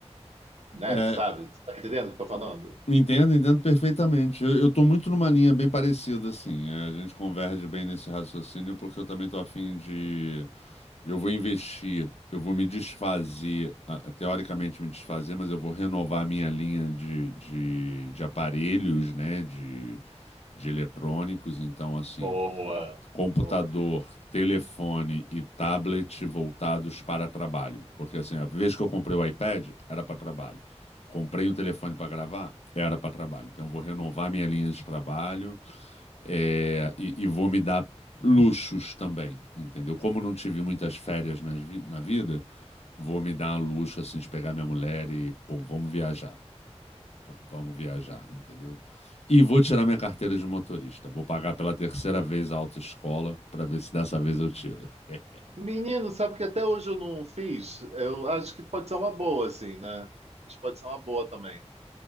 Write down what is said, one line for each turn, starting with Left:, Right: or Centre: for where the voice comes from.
Right: né,
Left: É,
Right: sabe? Tu tá entendendo o que eu tô falando?
Left: Entendo, entendo perfeitamente. Eu, eu tô muito numa linha bem parecida, assim. É, a gente converge bem nesse raciocínio, porque eu também tô afim de. Eu vou investir, eu vou me desfazer, ah, teoricamente me desfazer, mas eu vou renovar a minha linha de, de, de aparelhos, né? De, de eletrônicos. Então, assim,
Right: Boa,
Left: computador,
Right: boa.
Left: telefone e tablet voltados para trabalho. Porque assim, a vez que eu comprei o iPad, era para trabalho. Comprei um telefone para gravar, era para trabalho. Então, eu vou renovar minha linha de trabalho é, e, e vou me dar luxos também, entendeu? Como não tive muitas férias nas vi- na vida, vou me dar um luxo assim de pegar minha mulher e, pô, vamos viajar. Vamos viajar, entendeu? E vou tirar minha carteira de motorista. Vou pagar pela terceira vez a autoescola para ver se dessa vez eu tiro. <laughs>
Right: Menino, sabe que até hoje eu não fiz? Eu acho que pode ser uma boa, assim, né? Mas pode ser uma boa também.